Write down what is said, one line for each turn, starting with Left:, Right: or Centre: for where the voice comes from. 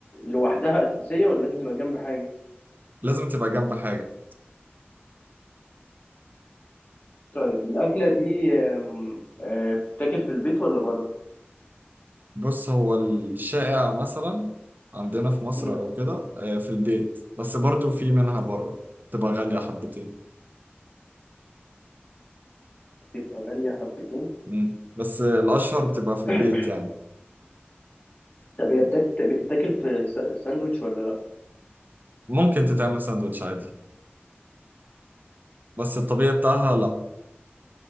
Left: لوحدها أساسية ولا لازم تبقى جنب حاجة
Right: لازم تبقى جنب حاجة
Left: طيب الأكلة دي آم، آه، بتتاكل في البيت ولا بره
Right: بص هو الشائع مثلا عندنا في مصر
Left: مم،
Right: أو كده آه، في البيت بس برضو في منها بره تبقى غالية حبتين
Left: تبقى غالية حبتين
Right: مم. بس آه، الأشهر بتبقى في البيت
Left: <coughs>
Right: يعني
Left: طب هي بتاك... بتتاكل في س- ساندويتش ولا لأ
Right: ممكن تتعمل ساندوتش عادي بس الطبيعي بتاعها لأ